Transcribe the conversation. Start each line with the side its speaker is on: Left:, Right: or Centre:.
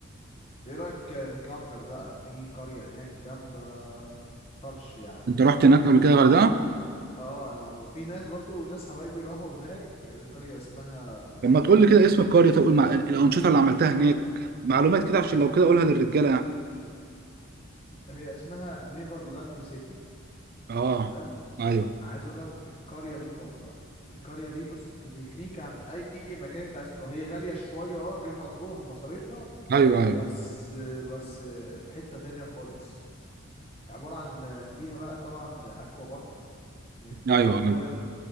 Left: ايه رأيك نطلعوا الغردقة في قرية هناك جامدة طرش يعني
Right: انت رحت
Left: زي...
Right: هناك قبل كده غردقه
Left: اه انا وفي ناس برضو ناس حبايبي راحوا هناك قرية اسمها
Right: لما تقول لي كده اسم القريه طب قول مع الانشطه اللي عملتها هناك معلومات كده عشان لو كده اقولها للرجاله يعني
Left: هي اسمها نيفرلاند سيتي
Right: اه
Left: تمام
Right: ايوه
Left: عايز اقول لك القرية دي تحفة القرية دي بص بتغنيك عن اي مكان انت عايز تروح هي غالية شوية اه غير ما تروح ومصاريفها
Right: ايوه ايوه
Left: بس بس في حتة تانية خالص عبارة عن فيها بقى طبعا أكوا بارك من
Right: ايوه
Left: أكبر ال...